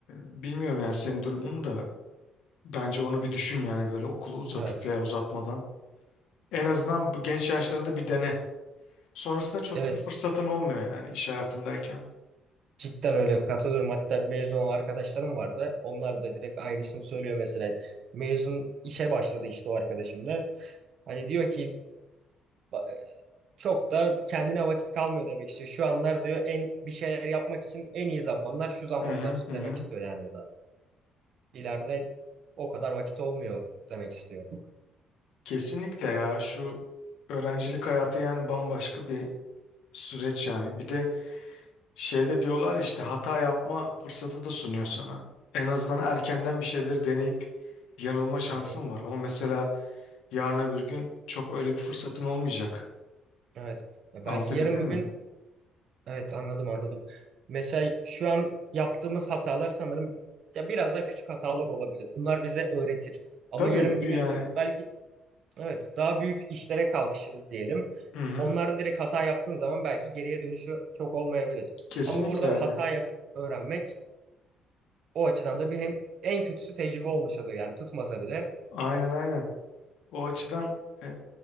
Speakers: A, on the left; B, on the right.
A: bilmiyorum yani senin durumun da bence onu bir düşün yani böyle okulu uzatıp
B: Evet.
A: veya uzatmadan. En azından bu genç yaşlarında bir dene. Sonrasında çok
B: Evet.
A: bir fırsatın olmuyor yani iş hayatındayken.
B: Cidden öyle katılıyorum. Hatta mezun olan arkadaşlarım vardı. Onlar da direkt aynısını söylüyor mesela. Mezun işe başladı işte o arkadaşım da. Hani diyor ki "Ba- çok da kendine vakit kalmıyor demek istiyor. Şu anlar diyor en bir şeyler yapmak için en iyi zamanlar şu zamanlar
A: Hı hı hı.
B: demek
A: hı.
B: istiyor yani o da. İleride o kadar vakit olmuyor demek istiyor.
A: Kesinlikle ya şu öğrencilik hayatı yani bambaşka bir süreç yani. Bir de şeyde diyorlar ya işte hata yapma fırsatı da sunuyor sana. En azından erkenden bir şeyleri deneyip yanılma şansın
B: Hı hı.
A: var. Ama mesela yarın öbür gün çok öyle bir fırsatın olmayacak.
B: Evet. Ya
A: Anlatabildim
B: belki yarın bir gün
A: mi?
B: Evet anladım anladım. Mesela şu an yaptığımız hatalar sanırım ya biraz daha küçük hatalar olabilir. Bunlar bize öğretir. Ama
A: Tabii
B: yarın
A: bir
B: bir gün
A: yani.
B: belki evet daha büyük işlere kalkışırız diyelim.
A: Hı hı.
B: Onlarda direkt hata yaptığın zaman belki geriye dönüşü çok olmayabilir.
A: Kesinlikle
B: Ama burada
A: öyle.
B: hata yapıp öğrenmek o açıdan da bir hem en kötüsü tecrübe olmuş oluyor yani tutmasa bile.
A: Aynen aynen. O açıdan e,